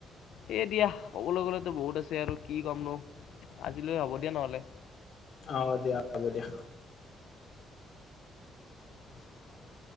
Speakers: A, on the left (about 80°); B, on the left (about 60°).
A: সেয়ে দিয়া কবলৈ গ'লেতো বহুত আছে আৰু কি কমনো, আজিলৈ হ'ব দিয়া নহ'লে।
B: অ', দিয়া, হ'ব দিয়া। <inaudible>